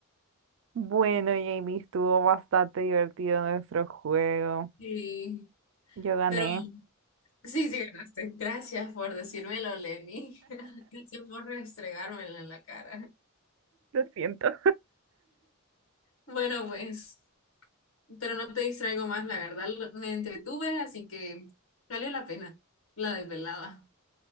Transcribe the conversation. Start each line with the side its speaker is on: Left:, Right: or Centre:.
Right: Bueno, Jamie, estuvo bastante divertido nuestro juego.
Left: Sí.
Right: Yo gané.
Left: Pero sí, sí ganaste. Gracias por decírmelo, Lenny. <laughs> Gracias por restregármelo en la cara.
Right: Lo siento.
Left: Bueno, pues, pero no te distraigo más, la verdad. lo- Me entretuve, así que valió la pena. La desvelada.